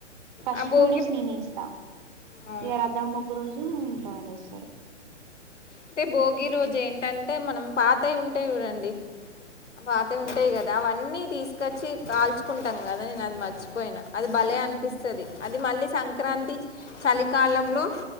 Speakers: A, on the right (about 40°); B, on the left (about 70°).
A: ఫస్ట్
B: ఆ భోగి
A: టూ డేస్ నేనేస్తా.
B: అవును
A: ఇగ రథం ముగ్గు రోజు ఇంట్లో వాళ్లేస్తరు.
B: అంటే భోగి రోజ్ ఏంటంటే మనం పాతయి ఉంటయి చూడండి పాతై ఉంటయి కదా అవన్నీ తీస్కచ్చి కాల్చుకుంటాం గదా నేన్ అది మర్చి పోయిన అది
A: అవునవును
B: భలే అనిపిస్తది. అది మళ్ళీ సంక్రాంతి చలి కాలంలో